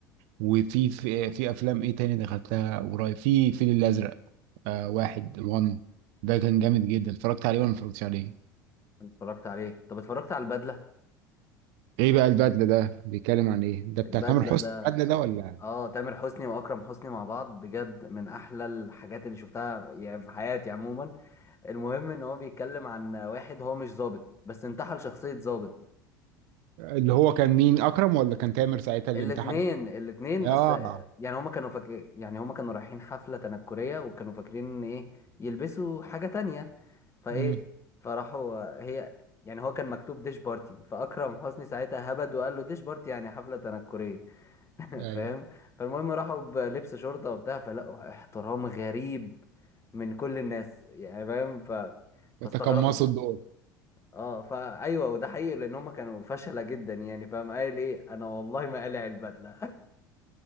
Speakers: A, on the right (about 55°); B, on the left (about 25°).
A: وفي في, في افلام ايه تاني دخلتها قريب في الفيل الازرق آه واحد وان ده كان جامد جدا اتفرجت عليه ولا ما اتفرجتش عليه
B: اتفرجت عليه طب اتفرجت على البدله
A: ايه بقى البدله ده بيتكلم عن ايه ده بتاع
B: البدله
A: تامر حسني
B: ده
A: البدله ده ولا
B: اه تامر حسني واكرم حسني مع بعض بجد من احلى الحاجات اللي شفتها يعني في حياتي عموما المهم ان هو بيتكلم عن واحد هو مش ظابط بس انتحل شخصية ظابط
A: اللي هو كان مين اكرم ولا كان تامر ساعتها اللي
B: الاتنين
A: انتحل
B: الاتنين
A: اه
B: بس يعني هما كانوا فاكر يعني هما كانوا رايحين حفلة تنكرية وكانوا فاكرين ان ايه يلبسوا حاجة تانية فايه
A: امم
B: فراحوا هي يعني هو كان مكتوب ديش بارتي فاكرم حسني ساعتها هبد وقال له ديش بارتي يعني حفلة تنكرية <laughs>
A: ايوه
B: فاهم فالمهم راحوا بلبس شرطة وبتاع فلقوا احترام غريب من كل الناس يعني فاهم ف... فاستغربوا
A: وتقمصوا الدور
B: اه فايوه وده حقيقي لان هم كانوا فشلة جدا يعني فاهم قايل ايه انا والله ما قلع البدلة